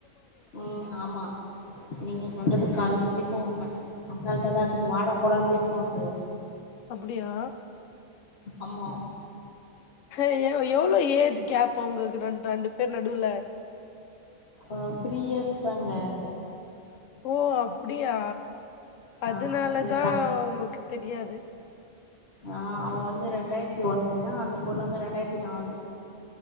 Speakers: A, on the left (about 50°); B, on the left (about 75°).
A: உம் ஆமா நீங்க சொல்றதுக் கண்டிப்பா உண்ம அசால்டா தா அதுக்கு வாடா போடான்னு பேச்சு பாத்து
B: அப்படியா
A: ஆமா
B: ஹய்யோ எவ்ளோ ஏஜ் கேப் அவுங்ளுக்கு ரெண் ரெண்டு பேர் நடுல
A: அஹ் த்ரீ இயர்ஸ் தாங்க
B: ஓ அப்டியா
A: ஆ
B: அதுனாலதா
A: எ
B: உங்களுக்கு தெரியாது
A: ஆஹ் அவ வந்து ரெண்டாயிரத்தி ஒண்ணு அந்த பொண்ணு வந்து ரெண்டாயிரத்தி நாலு